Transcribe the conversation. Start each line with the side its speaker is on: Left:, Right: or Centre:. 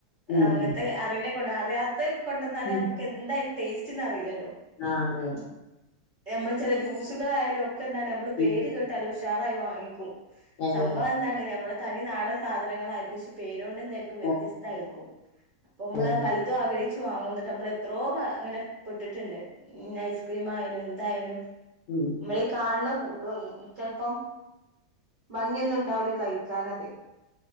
Left: ഉം
Right: അങ്ങനത്തെ അറിയണെ കൊണ്ട അറിയാത്ത കൊണ്ടന്നാലേ
Left: ഉം
Right: നമു ക്കെന്താ അയ്‌ന്റെ ടേസ്റ്റ്ന്ന് അറിയില്ലല്ലോ
Left: ആഹ് അതെ
Right: എമ്മ ചില ജ്യൂസുകളായാലും ഒക്കെ എന്താണ് നമ്മള് പേര്
Left: ഉം
Right: കേട്ടാലുഷാറായി വാങ്ങിക്കും
Left: അതെ
Right: സംഭവം
Left: അതെ
Right: എന്താണ് ഞമ്മടെ തനി നാടൻ സാധനങ്ങളായിരിക്കും പക്ഷെ പേരുകൊണ്ട് എന്തായിരിക്കും വ്യത്യസ്താരിക്കും
Left: ആഹ്
Right: അപ്പൊ നമ്മള്
Left: അതെ അതെ
Right: പലതും ആഗ്രഹിച്ചു വാങ്ങും എന്നിട്ട് നമ്മൾ എത്രയോ അങ്ങനെ പെട്ടിട്ടിണ്ട് ഉം ഐസ്ക്രീം ആയാലും എന്തായാലും
Left: ഉം
Right: നമ്മളീ കാണണ ചെലപ്പോം ഭംഗിയൊന്നും ഇണ്ടാവൂല കഴിക്കാനത്